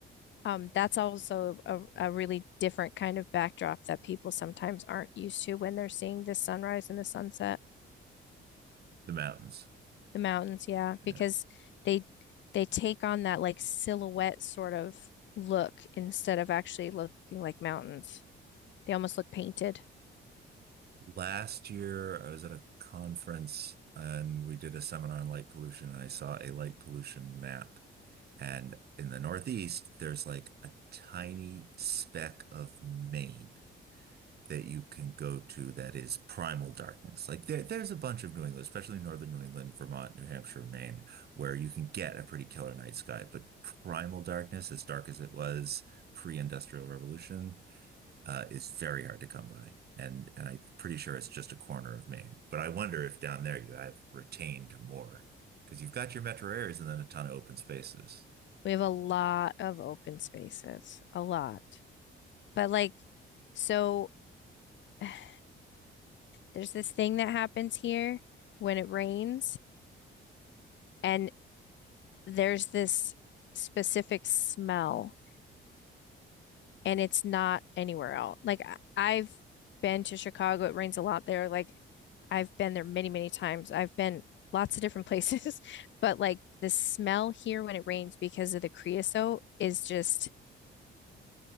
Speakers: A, on the left (about 60°); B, on the right (about 50°).
A: um, that's also a, a really different kind of backdrop that people sometimes aren't used to when they're seeing the sunrise and the sunset,
B: the mountains.
A: the mountains, yeah, because
B: Yeah.
A: they they take on that like silhouette sort of look instead of actually looking like mountains. They almost look painted.
B: Last year, I was at a conference and we did a seminar on light pollution, and I saw a light pollution map. And in the Northeast, there's like a tiny speck of Maine that you can go to that is primal darkness. Like there, there's a bunch of New England, especially northern New England, Vermont, New Hampshire, Maine, where you can get a pretty killer night sky. But primal darkness, as dark as it was pre-industrial revolution, uh, is very hard to come by. And and I'm pretty sure it's just a corner of Maine. But I wonder if down there you have retained more because you've got your metro areas and then a ton of open spaces.
A: We have a lot of open spaces, a lot. But like, so <sighs> There's this thing that happens here when it rains, and there's this specific smell, and it's not anywhere else. Like I- have been to Chicago, it rains a lot there. Like I've been there many, many times. I've been lots of different places, <laughs> but like the smell here when it rains because of the creosote is just